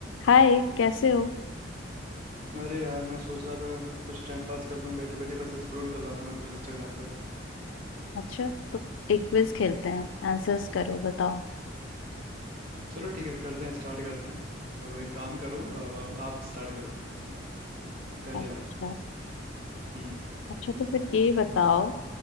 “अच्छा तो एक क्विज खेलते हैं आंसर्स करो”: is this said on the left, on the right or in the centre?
Left